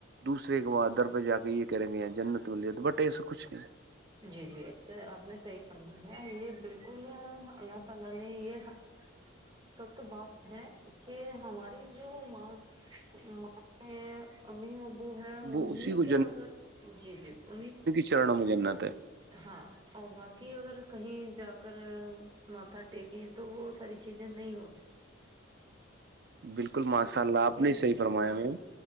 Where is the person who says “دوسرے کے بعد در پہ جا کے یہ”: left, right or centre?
Right